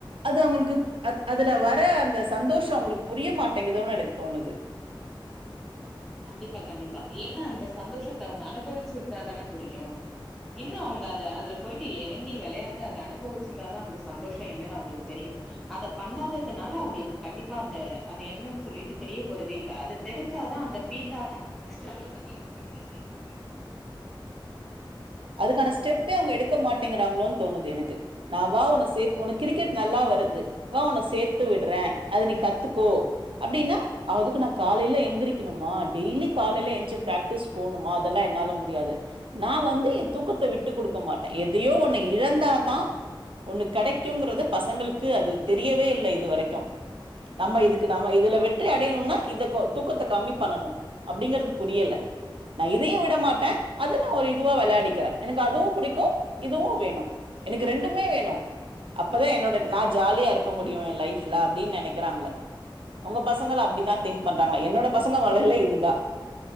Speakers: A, on the right; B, in the centre.
A: அது அவுங்களுக்கு அதுல வர ர்ற அந்த சந்தோஷம் அவுங்களுக்கு புரிய மாட்டேங்குது எனக்கு தோணுது
B: கண்டிப்பா கண்டிப்பா ஏன்னா அந்த சந்தோஷத்த அவுங்க அனுபவிச்சிருந்தா தான புரியும் இன்னும் அவுங்க அதை அதுல போயிட்டு இறங்கி விளையாண்டு அதை அனுபவிச்சிருந்தாதா அந்த சந்தோஷம் என்னன்னு அவுங்களுக்கு தெரியும் அத பண்ணாததுனால அவுங்களுக்கு கண்டிப்பா அந்த அது என்னன்னு சொல்லிட்டு தெரிய போறதே இல்ல அதை தெரிஞ்சாதான் அந்த ஹீட் ஆதா ஸ்கிரில்ல பத்தி யோசிக்கவே செய்வாங்க
A: அதுக்கான ஸ்டெப்பே அவுங்க எடுக்க மாட்டேங்கிறாங்களோன்னு தோணுது எனக்கு நா வா உன்ன சேர் உனக்கு கிரிக்கெட் நல்லா வருது வா உன்ன சேர்த்து விடுறேன் அத நீ கத்துக்கோ அப்படின்னா அதுக்கு நா காலையில எழுந்திரக்கணுமா டெய்லி காலையில எஞ்ச்சு பிராக்டி டிஸ் போனுமா அதெல்லாம் என்னால முடியாது நா வந்து தூக்கத்த விட்டு கொடுக்க மாட்டேன் எதையோ ஒண்ணு இழந்தாதான் ஒண்ணு கிடைக்கும்ங்குறது பசங்களுக்கு அது தெரியவே இல்ல இது வரைக்கும் நம்ம இதுக்கு நம்ம இதுல வெற்றி அடையணும்னா இத தூக்கத்த கம்மி பண்ணணும் அப்படிங்கிறது புரியல நா இதையும் விட மாட்டேன் அதை நா ஒரு இதுவா விளையாடி க்கிறேன் எனக்கு அதுவும் பிடிக்கும் இதுவும் வேணும் எனக்கு ரெண்டுமே வேணும் அப்பதா என்னோட நான் ஜாலியா இருக்க முடியும் என் லைப்ல அப்படின்னு நினைக்கிறாங்க உங்க பசங்களா அப்படிதான் திங்க் பண்றாங்களா என்னோட பசங்க வளர்ல இதுதான்